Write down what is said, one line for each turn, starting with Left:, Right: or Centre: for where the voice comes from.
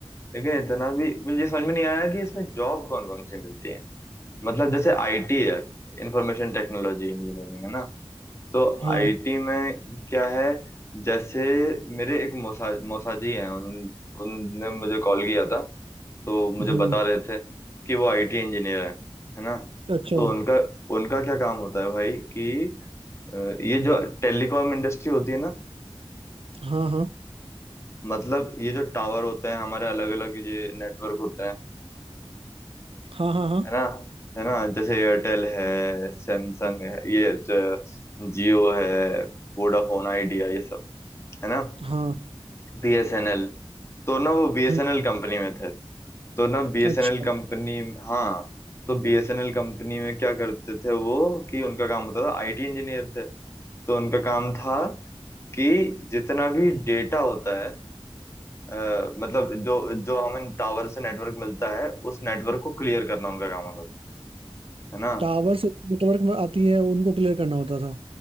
Left: लेकिन इतना भी मुझे ये समझ में नहीं आया कि इसमें जॉब कौन कौन सी मिलती है मतलब जैसे आईटी है इंफॉर्मेशन टेक्नोलॉजी इंजीनियरिंग है ना तो
Right: हाँ
Left: आईटी में क्या है जैसे मेरे एक मौसा मौसाजी हैं उन उनने मुझे कॉल किया था तो मुझे
Right: हम्म
Left: बता रहे थे कि वो आईटी इंजीनियर है है ना
Right: अच्छा
Left: तो उनका उनका क्या काम होता है भाई कि अ, ये जो टेलीकॉम इंडस्ट्री होती है ना
Right: हाँ हाँ
Left: मतलब ये जो टावर होते हैं हमारे अलग अलग ये नेटवर्क होते हैं
Right: हाँ हाँ हाँ
Left: है ना है ना जैसे एयरटेल है सैमसंग है ये जियो है वोडाफोन आइडिया ये सब है ना
Right: हाँ
Left: बीएसएनएल तो ना वो बीएसएनएल
Right: हम्म
Left: कंपनी में थे तो ना बीएसएनएल
Right: अच्छा
Left: कंपनी हाँ तो बीएसएनएल कंपनी में क्या करते थे वो कि उनका काम होता था आईटी इंजीनियर थे तो उनका काम था कि जितना भी डेटा होता है अ, मतलब जो जो हमें टावर से नेटवर्क मिलता है उस नेटवर्क को क्लियर करना उनका काम होता था है ना
Right: टावर से नेटवर्क में आती है उनको क्लियर करना होता था